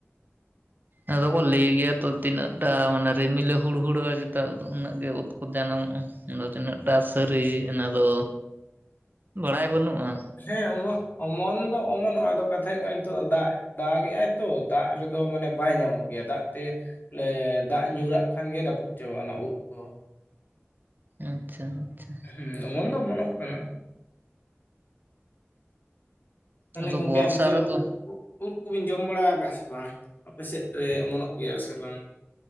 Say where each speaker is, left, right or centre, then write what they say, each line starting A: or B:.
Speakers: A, on the right; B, on the left.
A: ᱟᱫᱚ ᱠᱚ ᱞᱟᱹᱭ ᱜᱮᱭᱟ ᱛᱚ ᱛᱤᱱᱟᱹᱜ ᱴᱟ ᱢᱟᱱᱮ ᱨᱤᱢᱤᱞᱮ ᱦᱩᱲᱦᱩᱲᱟᱹᱣᱟ ᱪᱮᱛᱟ ᱩᱱᱟᱹᱜ ᱜᱮ ᱩᱫ ᱠᱚ ᱡᱟᱱᱟᱢᱚᱜ-ᱟ᱾ ᱟᱫᱚ ᱛᱤᱱᱟᱹᱜᱴᱟ ᱥᱟᱹᱨᱤ ᱚᱱᱟ ᱫᱚ ᱵᱟᱲᱟᱭ ᱵᱟᱹᱱᱩᱜ-ᱟ,
B: ᱦᱮᱸ ᱚᱢᱚ ᱚᱢᱚᱱ ᱫᱚ ᱚᱢᱚᱱᱚᱜ-ᱟ ᱟᱫᱚ ᱠᱟᱛᱷᱟ ᱦᱩᱭᱩᱜ ᱠᱟᱱᱟ ᱱᱤᱛᱚᱜ ᱫᱚ ᱫᱟᱜ ᱫᱟᱜ ᱮᱫᱟᱭ ᱛᱚ ᱫᱟᱜ ᱨᱮᱫᱚ ᱢᱟᱱᱮ ᱵᱟᱭ ᱧᱟᱢᱚᱜ ᱜᱮᱭᱟ ᱫᱟᱜ ᱛᱮ ᱮ ᱫᱟᱜ ᱧᱩᱨᱟᱜ ᱠᱷᱟᱱ ᱜᱮ ᱨᱟᱹᱯᱩᱫ ᱪᱟᱵᱟᱜᱼᱟ ᱚᱱᱟ ᱩᱫ ᱠᱚ ᱾
A: ᱟᱪᱪᱷᱟ ᱟᱪᱪᱷᱟ
B: ᱦᱮᱸ ᱚᱢᱚᱱ ᱫᱚ ᱚᱢᱚᱱᱚᱜ ᱠᱟᱱᱟ ᱛᱟᱦᱚᱞᱮ
A: ᱟᱫᱚ
B: ᱜᱚᱝᱠᱮ
A: ᱵᱚᱨᱥᱟ
B: ᱟᱵᱤᱱ ᱫᱚ
A: ᱨᱮᱫᱚ
B: ᱩᱫ ᱠᱩ ᱩᱫ ᱠᱚᱵᱤᱱ ᱡᱚᱢ ᱵᱟᱲᱟ ᱟᱠᱟᱫᱜᱮᱭᱟ ᱥᱮ ᱵᱟᱝ, ᱟᱯᱮ ᱥᱮᱫ ᱨᱮ ᱚᱢᱚᱱᱚᱜ ᱜᱮᱭᱟ ᱥᱮ ᱵᱟᱝ